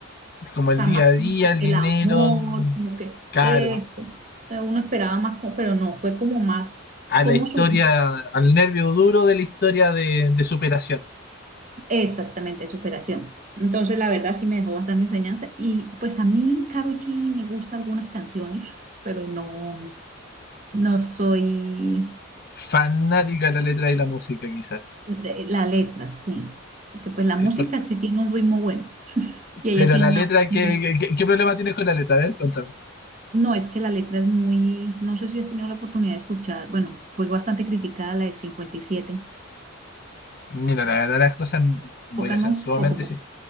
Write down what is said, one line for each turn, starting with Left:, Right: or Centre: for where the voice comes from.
Left: es como
Right: sea,
Left: el día
Right: más
Left: a día,
Right: como que
Left: el
Right: el
Left: dinero
Right: amor,
Left: mm,
Right: como que
Left: caro,
Right: eh, uno esperaba más, co- pero no, fue como más,
Left: a
Right: como
Left: la historia,
Right: su,
Left: al nervio duro de la historia de, de superación.
Right: exactamente, de superación. Entonces, la verdad sí me dejó bastante enseñanza y pues a mí, Karol G, me gustan algunas canciones, <laughs> pero no, no soy
Left: fanática de la letra y la música, quizás.
Right: de- la letra, sí, porque pues la
Left: Es
Right: música
Left: por-
Right: sí tiene un ritmo bueno y ella
Left: Pero
Right: tiene
Left: la
Right: una...
Left: letra,
Right: voz
Left: ¿qué, qué, qué problema tienes con la letra? A ver, cuéntame.
Right: No, es que la letra es muy, no sé si has tenido la oportunidad de escuchar, bueno, fue bastante criticada la de 57.
Left: Mira, la verdad las cosas, voy
Right: poca
Left: a
Right: no,
Left: ser sumamente,
Right: poco poco.
Left: sin-